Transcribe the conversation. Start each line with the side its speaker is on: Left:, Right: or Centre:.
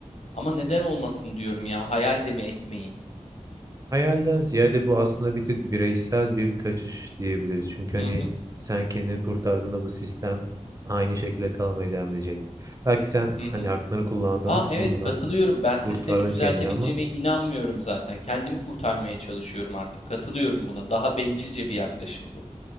Left: ama neden olmasın diyorum ya hayal de mi etmeyeyim?
Right: Hayalden ziyade bu aslında bir tık bireysel bir kaçış diyebiliriz. Çünkü
Left: Hı
Right: hani
Left: hı
Right: sen kendini kurtardığında bu sistem aynı şekilde kalmaya devam edecek. Belki sen
Left: hı hı.
Right: hani aklını kullandın,
Left: Aa evet
Right: bundan
Left: katılıyorum. Ben sistemi
Right: kurtardın
Left: düzeltebileceğime
Right: kendini ama
Left: inanmıyorum zaten. Kendimi kurtarmaya çalışıyorum artık. Katılıyorum buna. Daha bencilce bir yaklaşım bu.